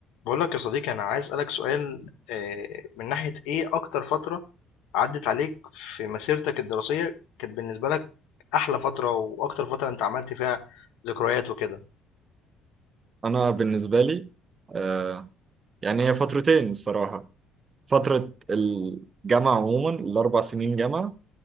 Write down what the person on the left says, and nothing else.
بقول لك يا صديقي انا عايز اسالك سؤال آه، من ناحيه ايه اكتر فتره عدت عليك في مسيرتك الدراسيه كانت بالنسبه لك احلى فتره واكتر فتره انت عملت فيها ذكريات وكده